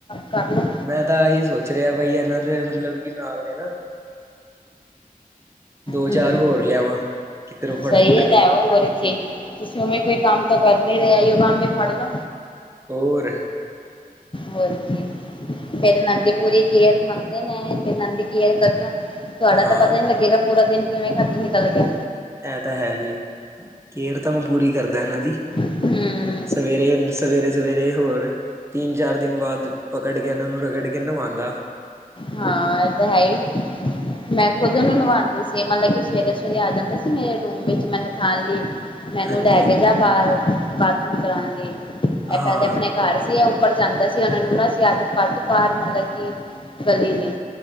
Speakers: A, on the left; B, on the right.
A: ਕਰ ਲੋ।
B: ਮੈਂ ਤਾਂ ਐਹੀ ਸੋਚ ਰਿਆ ਬਈ ਇਨਾਂ ਦੇ ਮਤਲਬ ਕੀ ਨਾਲ ਦੇ ਨਾ ਦੋ-ਚਾਰ
A: ਹੂੰ ਹੂੰ
B: ਹੋਰ
A: ਹੂੰ
B: ਲਿਆਵਾਂ, ਕਿਦਰੋਂ ਫੜ-ਫੁੜ
A: ਸਹੀ ਹੈ
B: ਕੇ।
A: ਲੈ ਆਓ ਹੋਰ ਕੀ। ਤੁਸੀਂ ਓਵੇਂ ਕੋਈ ਕੰਮ ਤਾਂ ਕਰ ਨੀ ਰੇ ਅਯੋ ਕੰਮ ਈ ਫੜ ਲੋ।
B: ਹੋਰ।
A: ਹੋਰ ਕੀ। ਫੇਰ ਏਨਾ ਦੀ ਪੂਰੀ ਕੇਅਰ ਮੰਗਦੇ ਨੇ ਫੇਰ ਏਨਾ ਦੀ ਕੇਅਰ ਕਰਨਾ ਤੁਆਡਾ
B: ਹਾਂ
A: ਤਾਂ ਪਤਾ ਈ ਨੀ ਲੱਗੇਗਾ ਪੂਰਾ ਦਿਨ ਕਿਵੇਂ ਖਤ ਨਿਕਲ ਗਿਆ।
B: ਐਂ ਤਾਂ ਹੈ ਜੀ, ਕੇਰ ਤਾਂ ਮੈਂ ਪੂਰੀ ਕਰਦਾ ਇਨਾਂ ਦੀ।
A: ਹੂੰ।
B: ਸਵੇਰੇ, ਸਵੇਰੇ-ਸਵੇਰੇ ਹੋਰ, ਤੀਨ ਚਾਰ ਦਿਨ ਬਾਦ ਪਕੜ ਗਿਆ ਨਾਂ ਨੂੰ ਰਗੜ ਕੇ ਨਵਾਂਦਾ।
A: ਹਾਂ ਐ ਤਾਂ ਹੈ ਈ, ਮੈਂ ਖੁਦ ਓਨੂੰ ਨਵਾਂਦੀ ਸੀ। ਮਤਲਬ ਕਿ ਸਵੇਰੇ-ਸਵੇਰੇ ਆ ਜਾਂਦਾ ਸੀ ਮੇਰੇ ਰੂਮ ਵਿੱਚ ਮੈਨੂੰ ਠਾਣ ਲੀ, ਮੈਨੂੰ
B: ਹਾਂਜੀ
A: ਲੈ
B: ਹਾਂਜੀ
A: ਕੇ ਜਾ ਬਾਹਰ ਬਾਥਰੂਮ ਕਰਾਣ ਲਈ, ਐ
B: ਹਾਂ
A: ਪੈਲੇ ਅਪਣੇ ਘਰ ਸੀ ਐ ਉੱਪਰ ਜਾਂਦਾ ਸੀ ਉਨਾਂ ਨੂੰ ਨਾ ਅਸੀਂ ਆਦਤ ਪਾਤੀ ਬਾਰ ਮਤਲਬ ਕਿ, ਗਲੀ ਦੀ।